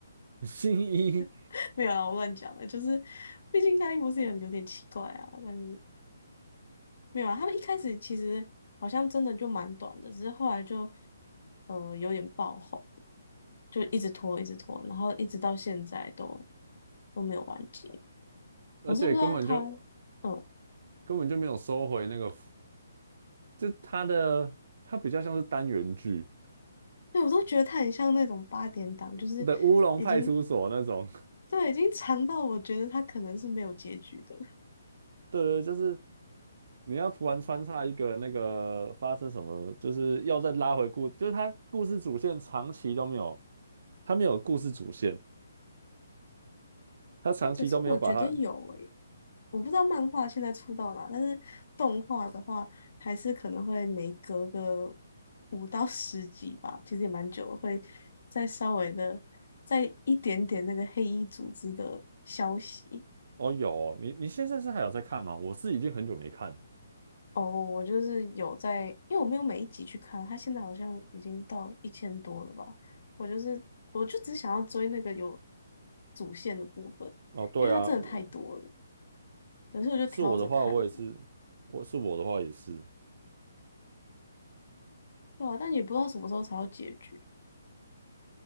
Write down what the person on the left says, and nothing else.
<laughs> 没有啊，我乱讲了，就是毕竟他一博士也有点奇怪啊，但是。没有啊，他们一开始其实好像真的就蛮短的，只是后来就呃有点爆红，就一直拖，一直拖，然后一直到现在都都没有完结。
我是不知道他，嗯，
对，我都觉得他很像那种八点档，就是已经
对已经长到我觉得他可能是没有结局的。
哎，可是我觉得有诶我不知道漫画现在出到哪，但是动画的话，还是可能会每隔个五到十集吧，其实也蛮久了，会再稍微的再一点点那个黑衣组织的消息。
哦，我就是有在，因为我没有每一集去看，它现在好像已经到一千多了吧。我就是，我就只想要追那个有主线的部分，
因为它真的太多了，
可是我就挑着看的，
对啊，但也不知道什么时候才有结局。